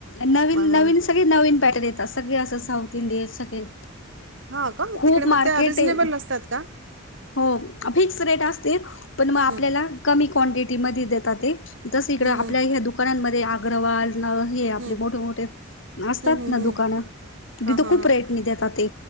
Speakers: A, on the left; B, on the right.
A: नवीन
B: मला
A: नवीन सगळे नवीन पॅटर्न येतात सगळे असं साऊथ इंडियन सगळे.
B: हा का
A: खूप
B: तिकडे
A: मार्केट
B: मग त्या रिजनेबल
A: आहे
B: असतात का?
A: हो फिक्स रेट असते पण मग आपल्याला
B: हं
A: कमी क्वांटिटी म देतात ते तस इकडे
B: हं
A: आपल्या
B: हं
A: ह्या दुकानांमध्ये अग्रवाल हे.
B: हं
A: आप मोठे मोठे असतात
B: हम्म हम्म
A: ना
B: हम्म.
A: दुकानं तिथं
B: हां हां
A: खूप
B: हां
A: रेट देतात ते